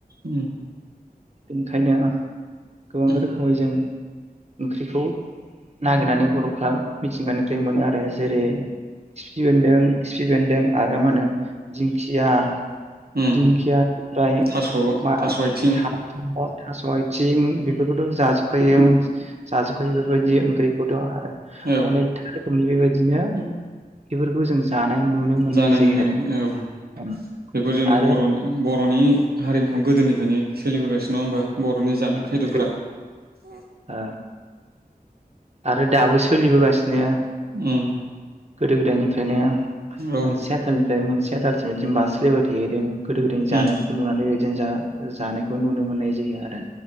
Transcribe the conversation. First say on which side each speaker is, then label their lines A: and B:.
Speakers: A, on the right; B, on the right.
A: उम
B: ओंखायनो गोबां
A: उम
B: रोखोमै जों ओंख्रिखौ नागिरनानै बर' फ्रा मिथिंगानिफ्राय मोनो आरो जेरै खिफि बेन्दों खिफि बेन्दों आरो मा होनो दिंखिया
A: उम
B: दिंखिया निफ्राय
A: थास'
B: मा
A: थास' आथिं
B: थास' थास'आइ थिं बेफोरखौथ' जाजोबखायो जाजोबखायो बेफोरबायदि ओंख्रिखौथ' आरो
A: औ
B: अनेकथा रोखोमनि बेबायदिनो
A: उम
B: बेफोरखौ जों जानाय नुनो मोननाय
A: जानाय
B: जायो
A: नुनो
B: आरो
A: मोनो औ
B: ओम,
A: बेफोर जोंनि
B: आरो
A: बर'नि ब बर'नि हारिमुवखौ गोदोनिफ्रायनो सोलिबोगासिनो नङा होमबा बर'नि जानाय
B: ओम,
A: खायद'फ्रा
B: सै-
A: उम
B: ओ, आरो दाबोसो सोलिबोगासिनो
A: उम
B: गोदो गोदायनिफ्रायनो मोनसेया
A: औ
B: आथालनि ओमफ्राय मोनसेया दालसिम बिदिनो बास्लायबो थादों गोदो गोदायनि जानायखौ
A: उम
B: नुनानै बिदिनो जा-जानायखौ नुनो मोननाय जायो आरो